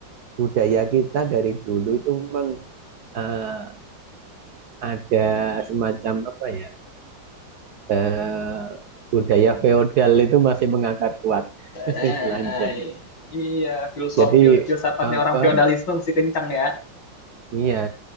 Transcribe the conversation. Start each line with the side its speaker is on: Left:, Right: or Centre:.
Right: budaya kita dari dulu itu memang eh, ada semacam apa ya eh, budaya feodal itu masih mengakar kuat <laughs>
Left: Eh,
Right: istilahnya.
Left: Iya, filosofi
Right: Jadi
Left: filsafatnya
Right: apa
Left: orang feodalisme masih kencang ya.
Right: iya